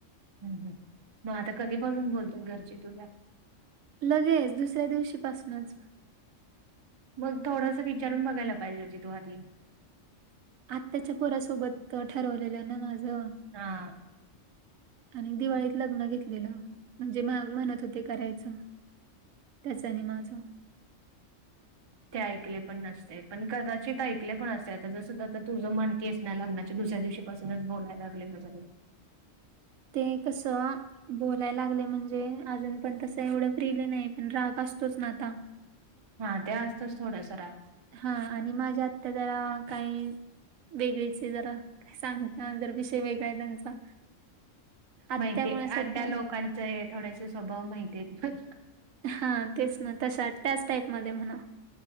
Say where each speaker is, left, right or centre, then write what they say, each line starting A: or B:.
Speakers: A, on the right; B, on the right.
A: हम्म हम्म मग आता कधीपासून बोलतात घरची तुझ्या.
B: लगेच दुसऱ्या दिवशीपासनच.
A: मग थोडंस विचारून बघायला पाहिजे होती तू आधी.
B: आत्ताच्या पोरासोबत ठरवलेलं ना माझं
A: हा
B: <inaudible> आणि दिवाळीत लग्न घेतलेल. म्हणजे म्हणत होते करायच. त्याचा आणि माझ.
A: ते ऐकले पण नसते. पण कदाचित ऐकले पण असते. आता जस आता तुझं म्हणतीयस लग्नाच्या दुसऱ्या दिवशी पासूनच बोलायला लागले माझ्या ते.
B: ते कस बोलाय लागले म्हणजे अजून पण तसं एवढं फ्रीले नाही. पण राग असतोच ना आता.
A: हा ते असतोच थोडसा राग.
B: हा आणि माझ्या आत्या जरा काय वेगळीच आहे जरा. सांग जर विषय वेगळा आहे त्यांचा. आत्यामुळे
A: माहिती आहे
B: सध्या
A: आत्या लोकांचे थोडेसे स्वभाव माहिती आहेत मला
B: हा तेच ना तस त्याच टाईप मध्ये म्हणा